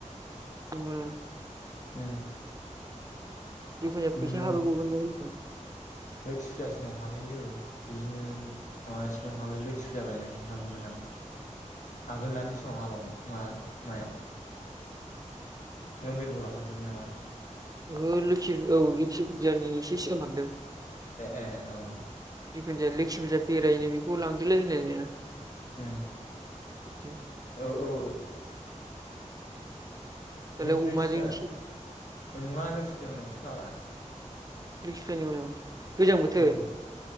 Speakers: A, on the right; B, on the left.
A: नंगौ ना
B: उम
A: जिखु जाया
B: नंगौ
A: फैसा हाबैबावगोन दां लोगो
B: लोखि फुजासिमाव हाबहैयो औ बिदिनो माबासिमाव हाबैयो लोखि फुजा बायनानै हाबोमोन आं आगोल दान समाव हाबामोन मा मायाव नबेम्बराव हाबदोंमोन नामा?
A: ओहो लोखि औ लोकि फुजानि एसे सिगां हाबदों।
B: ए ए औ
A: जिखु जाया लोखि बेरायनो बेखौ लांदोलै होनलाय लाननाया
B: उम
A: बिथिं <unintelligible>
B: औ औ
A: दालाय
B: हैद लोखि
A: अमाजों
B: फुजा
A: एसे
B: नङा लोखि फुजा नङा लोखि फुजानि उनावसो फाग्ला
A: लोखि फुजानि उनाव गोजां बोथोर
B: उम